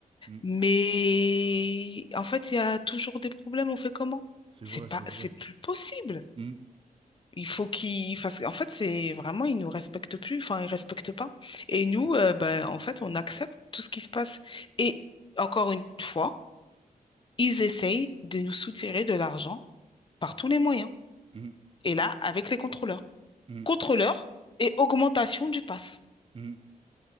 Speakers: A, on the right; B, on the left.
A: mhm.
B: Mais en fait, il y a toujours des problèmes. On fait comment?
A: C'est
B: C'est
A: vrai,
B: pas,
A: c'est vrai.
B: c'est plus possible.
A: Mhm,
B: Il faut qu'ils fassent. En fait, c'est vraiment, ils nous respectent plus. Enfin, ils respectent pas. Et nous,
A: mhm,
B: euh, ben, en fait, on accepte tout ce qui se passe. Et encore une fois, ils essayent de nous soutirer de l'argent par tous les moyens.
A: mhm,
B: Et là, avec les contrôleurs.
A: mhm,
B: Contrôleurs et augmentation du pass.
A: mhm.